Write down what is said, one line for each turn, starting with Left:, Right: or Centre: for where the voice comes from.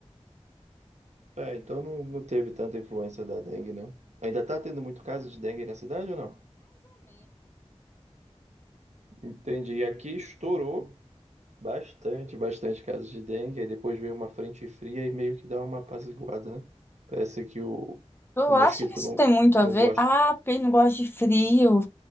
Right: É, então não, não teve tanta influência da dengue, não. Ainda tá tendo muito caso de dengue na cidade ou não? Entendi. E aqui estourou. Bastante, bastante casos de dengue. Aí depois veio uma frente fria e meio que dá uma apaziguada, né? Parece que o,
Left: Eu
Right: o mosquito
Left: acho que isso
Right: não,
Left: tem muito
Right: não
Left: a ver.
Right: gosta.
Left: Ah, porque ele não gosta de frio.